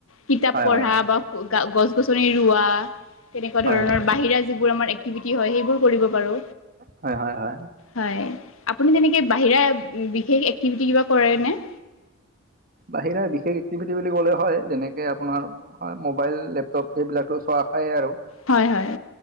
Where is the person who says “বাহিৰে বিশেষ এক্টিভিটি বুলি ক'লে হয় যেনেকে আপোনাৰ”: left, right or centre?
Right